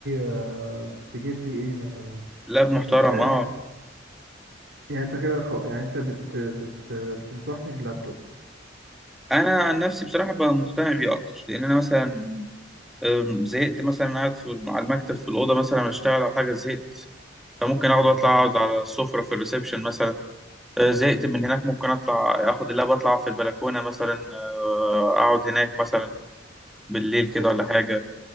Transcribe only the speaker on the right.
آه تجيب لي ايه مثلا
انت كده
يعني انت كده خل... يعني انت بت... بت... بتنصحني بلابتوب
تمام.
مم.
اوكي